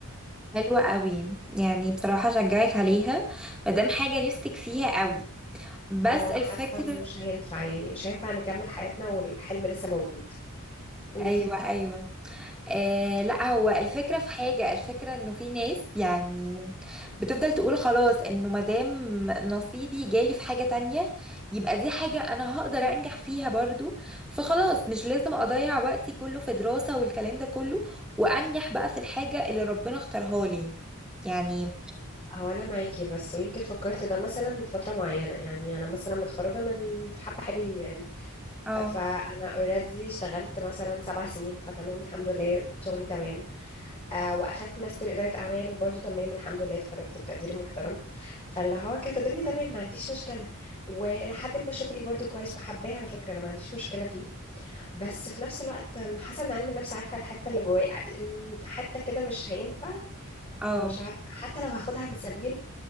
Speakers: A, in the centre; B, on the left (about 25°).
A: حلوه قوي يعني بصراحه اشجعك عليها مادام حاجه نفسك فيها قوي بس
B: اه
A: الفكره
B: حاسة إنه مش هينفع يعني مش هينفع نكمل حياتنا والحلم لسه موجود قولي
A: ايوه ايوه آه لا هو الفكرة في حاجة الفكرة انه في ناس يعني بتفضل تقول خلاص انه مادام نصيبي جالي في حاجة تانية يبقى دي حاجة انا هقدر انجح فيها برضو فخلاص مش لازم اضيع وقتي كله في دراسة والكلام ده كله وانجح بقى في الحاجة اللي ربنا اختارها لي يعني
B: هو أنا معاكي بس ويمكن فكرت ده مثلا لفترة معينة يعني أنا مثلا متخرجة من حبة حلوين يعني
A: اه
B: فأنا اوريدي اشتغلت مثلا سبع سنين فتمام الحمد لله شغلي تمام آه واخدت ماستر اداره اعمال وبرده تمام الحمد لله اتخرجت بتقدير محترم فاللي هو كانت الدنيا تمام ما عنديش مشكله ولحد ما شغلي برده كويس وحباه على فكره انا ما عنديش مشكله فيه بس في نفس الوقت آم، حاسه ان علم النفس عارفه الحته اللي جوايا آم، حته كده مش هينفع
A: اه
B: مش عارفه حتى لو هاخدها من سبيل